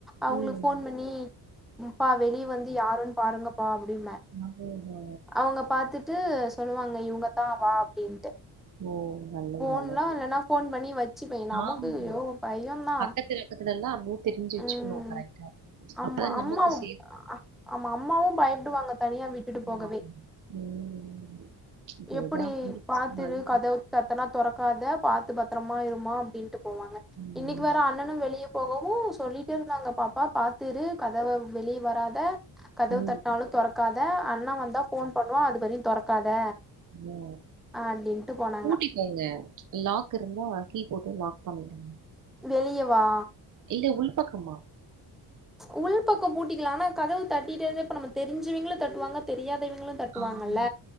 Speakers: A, in the centre; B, on the right.
A: அவுங்களுக்கு
B: ம்
A: ஃபோன் பண்ணி அப்பா வெளியே வந்து யாருன்னு பாருங்கப்பா அப்டிம்பே
B: ஆமா, ஆமா,
A: அவுங்க பாத்துட்டு சொல்லுவாங்க இவுங்கதா வா அப்டின்ட்டு
B: ஓ நல்லது
A: ஃபோன்லா
B: நல்லது
A: இல்லன்னா ஃபோன் பண்ணி வச்சுப்பே நமக்கு
B: ஆமா
A: ஐயோ பயோந்தா
B: பக்கத்துல தெல்லா அம்மு தெரிஞ்சு வச்சுக்கணு
A: ம்
B: கரெக்டா
A: ஆமா
B: அப்பதா நமக்கு
A: அம்மாவு
B: சேஃப்
A: ஆமா அம்மாவும் பயப்படுவாங்க தனியா விட்டுட்டு
B: பண்ணுவாங்க.
A: போகவே
B: ம் இப்ப
A: எப்புடி
B: இதான் பொம்பள பசங்கனாலே
A: பாத்துருக் கதவ தட்டுனா தொறக்காத பாத்து பத்ரமா இரும்மா அப்டின்ட்டு போவாங்க
B: ம்.
A: இன்னைக்கு வேற அண்ணனு வெளிய போகவு சொல்லிட்டே இருந்தாங்க பாப்பா பாத்து இரு கதவ வெளியே வராத கதவு
B: ம்.
A: தட்னாலு தொறக் காத அண்ணா வந்தா ஃபோன் பண்ணுவா அது வரையு தொறக்காத
B: ஓ
A: அப்டின்ட்டு போனாங்க
B: பூட்டிட் போங்க லாக் இருந்தா கீ போட்டு லாக் பண்ணிருங்க
A: வெளியவா
B: இல்ல உள் பக்கமா
A: உள்பக்கம் பூட்டிக்கலா ஆனா கதவு தட்டிட்டே இருந்தா இப்ப நம்ம தெரிஞ்சவிங்களு தட்டுவாங்க தெரியாதவிங்களு தட்டுவாங்கல்ல
B: ஆமா.